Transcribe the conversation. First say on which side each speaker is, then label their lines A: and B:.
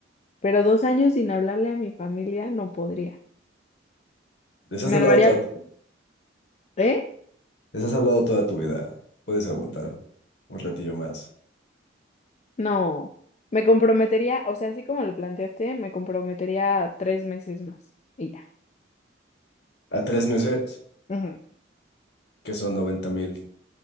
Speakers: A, on the left; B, on the left.
A: Pero dos años sin hablarle a mi familia no podría.
B: les has
A: Me
B: hablado
A: armaría,
B: toda tu vida.
A: ¿eh?
B: Les has hablado toda tu vida. Puedes aguantar un ratillo más.
A: No. Me comprometería, o sea, así como lo planteaste, me comprometería tres meses más. Y ya.
B: A tres meses,
A: Ujú.
B: que son noventa mil.